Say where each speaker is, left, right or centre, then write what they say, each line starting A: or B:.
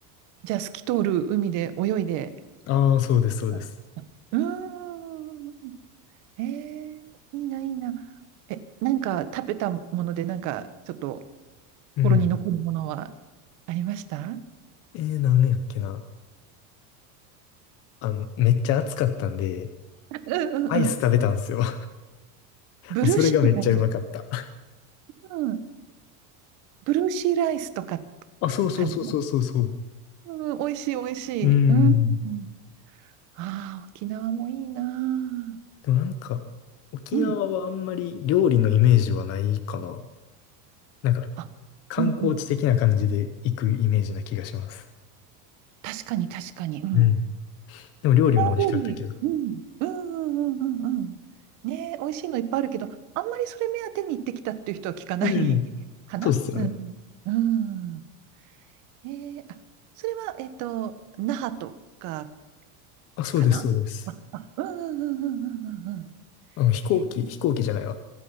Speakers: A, on the right; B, on the left.
A: じゃあ、透き通る海で泳いで。
B: ああ、そうです、そうです。
A: うん。うーんえーいいな、いいな。え、なんか食べたもので、なんかちょっと心に残るものは
B: うん。
A: ありました
B: えー、なんやっけな。あの、めっちゃ暑かったんで、
A: うんうんうん。
B: アイス食べたんですよ。<laughs> も
A: ブルーシールかな
B: うそれがめっちゃうまかった。
A: うん。ブルーシーライスとか
B: あ、そうそうそうそうそうそう。
A: かなうん、美味しい美味しい。
B: うん。
A: うん。うんあー沖縄もいいな
B: でもなんか、沖縄はあんまり料理のイメージはないかな。
A: ーうん。
B: なんか、
A: あ、
B: 観光地的な感じで行くイメージな気がします。
A: うんうん。確かに確かに。うん。
B: うん。でも料理も美味しかったけど。
A: 沖縄料理。うん。うんうんうんうんうん。ねえ、美味しいのいっぱいあるけど、あんまりそれ目当てに行ってきたっていう人は聞かないかなうん。
B: うん。そうっすよね。
A: うん。えー、あ、それは、えっと、那覇とか
B: あ、そうです、
A: かなあ
B: そうです。
A: <laughs> うんうんうんうんうんうんうん。
B: あの、飛行機、
A: ね
B: 飛行機じゃないわ。